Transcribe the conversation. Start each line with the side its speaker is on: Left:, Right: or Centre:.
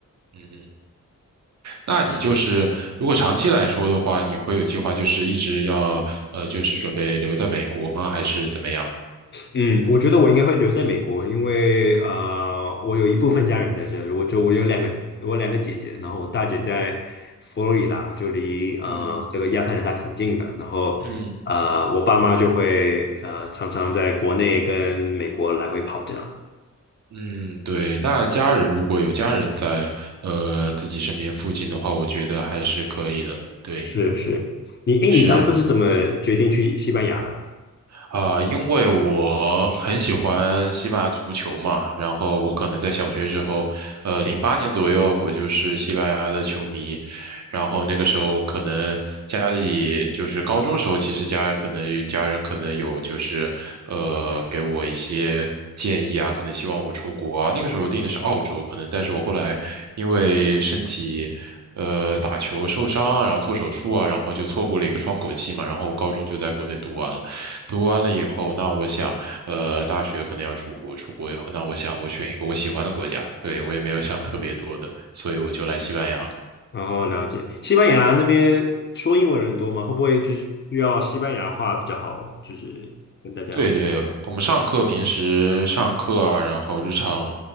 Right: 嗯嗯。那你就是如果长期来说的话，你会有计划，就是一直要呃，就是准备留在美国吗？还是怎么样？
Left: 嗯，我觉得我应该会留在美国，因为呃，我有一部分家人在这里，我就我有两个我两个姐姐，然后我大姐在佛罗里达，就离呃这个亚特兰大挺近的，
Right: 嗯哼，
Left: 然后呃我爸妈就会呃常常在国内跟美国来回跑这样。
Right: 嗯嗯，对。那家人如果有家人在呃自己身边附近的话，我觉得还是可以的。对，
Left: 是是，你哎，
Right: 是。
Left: 你当初是怎么决定去西班牙的？
Right: 啊、因为我很喜欢西班牙足球嘛，然后我可能在小学时候，呃，零八年左右，我就是西班牙的球迷，然后那个时候可能家里就是高中时候，其实家可能有家人可能有就是呃给我一些建议啊，可能希望我出国啊，那个时候定的是澳洲，可能，但是我后来因为身体。呃，打球受伤啊，然后做手术啊，然后就错过了一个窗口期嘛，然后我高中就在国内读完了。读完了以后，那我想，呃，大学可能要出国，出国以后，那我想我选一个我喜欢的国家，对，我也没有想特别多的，所以我就来西班牙了。
Left: 然后了解西班牙那边说英文人多吗？会不会就是需要西班牙话比较好？就是跟大家，
Right: 对对，我们上课平时上课啊，然后日常